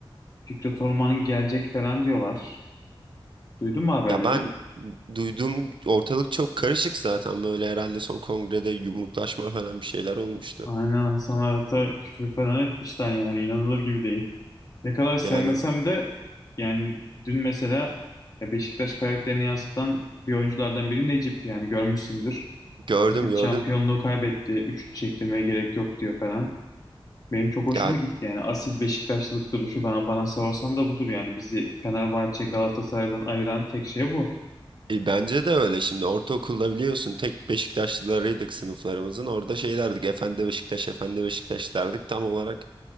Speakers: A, on the left (about 40°); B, on the right (about 60°).
A: Fikret Orman gelecek falan diyorlar. Duydun mu haberleri?
B: Ya ben duyduğum ortalık çok karışık zaten böyle herhalde son kongrede yumruklaşma falan bir şeyler olmuştu.
A: Aynen Hasan Arat'a küfür falan etmişler yani inanılır gibi değil. Ne kadar sevmesem
B: Yani
A: de yani dün mesela ya Beşiktaş karakterini yansıtan bir oyunculardan biri Necip yani görmüşsündür.
B: gördüm
A: Ekip
B: gördüm.
A: şampiyonluğu kaybetti. Üçlü çektirmeye gerek yok diyor falan. Benim çok hoşuma
B: Yani
A: gitti yani asil Beşiktaşlılık duruşu bana, bana sorarsan da budur yani bizi Fenerbahçe Galatasaray'dan ayıran tek şey bu.
B: e, bence de öyle şimdi ortaokulda biliyorsun tek Beşiktaşlılarıydık sınıflarımızın. Orada şey derdik efendi Beşiktaş efendi Beşiktaş derdik tam olarak